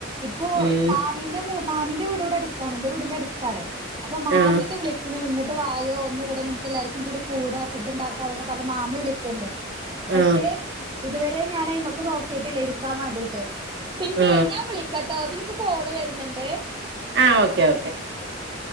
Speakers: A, on the right; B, on the right.
A: ഇപ്പൊ
B: ഉം
A: മാമീന്റെ മു മാമിന്റെ വീടടുത്താണ് എന്റെ വീടിന്റെ അടുത്താണ് അപ്പൊ മാമി
B: ആഹ്
A: ട് വിളി പിന്നെ ഇങ്ങട്ട് വായോ ഇന്ന് ഇവിടെ നമുക്ക് എല്ലാവർക്കും കൂടി കൂടാ ഫുഡ് ഉണ്ടാക്കാം എന്നൊക്കെ പറഞ്ഞ് മാമി വിളിക്കണ്ട്. പക്ഷെ
B: ആ
A: ഇതുവരെ ഞാൻ അയിമെക്ക് നോക്കിട്ടില്ല ഇരിക്കാൻ വേണ്ടിട്ട് പിന്നെ
B: ആ
A: കേട്ടോ തിൽക്ക് കോള് വരുന്നുണ്ട്.
B: ആ ഓക്കെ ഓക്കെ
A: ഓക്കെ